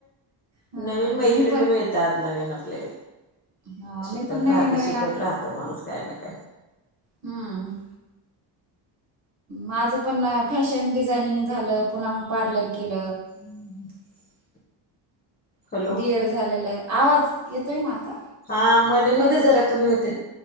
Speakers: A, on the right; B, on the left.
A: ह
B: नवीन मैत्रिणी
A: मी पण
B: मिळतात. त्यात नवीन आपले
A: ह
B: शिकत
A: मी पण
B: राहत
A: नवीन नवीन
B: शिकत
A: आपलं
B: राहत माणूस काय ना काय..
A: हमम. माझं पण फॅशन डिझाइनिंग झालं पुन्हा मग पार्लर केलं.
B: <unintelligible> हॅलो
A: डीएड झालेला आवाज येतोय ना आता?
B: हा मध्ये- मध्ये जरा कमी होते.